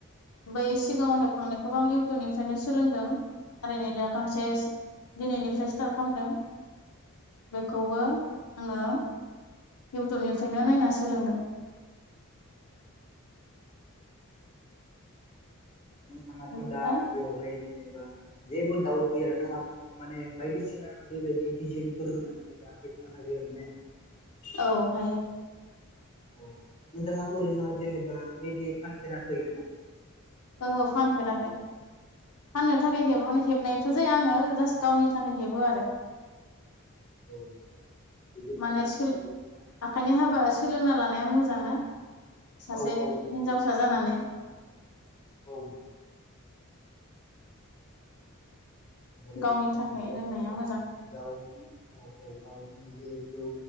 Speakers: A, on the left; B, on the left.
A: बै सिगाङाव हेबखांनायखौबो आं इउटुबनिफ्रायनो सोलोंदों आरो नै दा गांसे दिनैनिफ्राय स्टार्ट खालामदों बेखौबो आङो इउटुबनिफ्रायनो नायना सोलोंदों।
B: नोंथाङाथ'
A: ओमफ्राय
B: दा बेवहाय जेनेब बा जेबो दाउट गैया आरोना माने बायदिसिना बेबायदि डिजाइनफोर होनानै दा हेबनो हायो आरो ने।
A: औ हायो।
B: औ नोंथाङाथ' ओरैनो जेनेबा बिदि फानफेराखै नामा?
A: ओहो फानफेराखै फाननो थाखाय हेबबानो हेबनायथ' जाया आङो जास्ट गावनि थाखाय हेबो आरो।
B: औ जोबोद मोजां
A: माने सोल
B: जोबोद मोजां
A: आखाइनि हाबा सोलोंना लानाया मोज जां ना। सासे
B: औ औ नंगौ
A: हिनजावसा
B: नंगौ
A: जानानै
B: औ नोंगौ। होमबालाय
A: गावनि
B: नोंथाङाथ'
A: थाखाय रोंनाया
B: जेनेबा
A: मोजां
B: गावनि औ औ गावनि जिहेथु